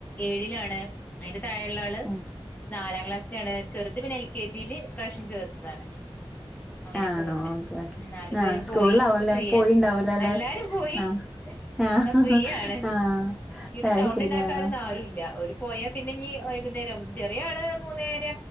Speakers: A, on the left; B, in the centre.
A: ഏഴിലാണ് അയിന്റെ താഴെ ഒള്ള ആള്
B: ഉം
A: നാലാം ക്ലാസ്സിലാണ് ചെറുത് പിന്നെ എൽ കെ ജില് ഈ പ്രാവ്ശ്യം ചേർത്തതാണ് അങ്ങനെ
B: ആണോ
A: പോണ്ട്
B: ഓക്കെ ഓക്കെ
A: നാല് പേരും
B: ആ സ്കൂളിലാവുംല്ലേ
A: പോയി ഇപ്പേ ഫ്രീ
B: പോയിണ്ടാവൂലേ
A: എല്ലാരും പോയി
B: ആ
A: ഇപ്പേ
B: ആ
A: ഫ്രീയാണ്
B: ആ
A: എനിക്ക് പിന്നെ
B: അത്
A: സൗണ്ട്
B: ശരി
A: ഇണ്ടാക്കാനൊന്നും
B: ആ
A: ആരും ഇല്ല ഒര് പോയാ പിന്നെ ഇനി വൈക്ന്നേരം ചെറിയ ആള് മൂന്നേരെ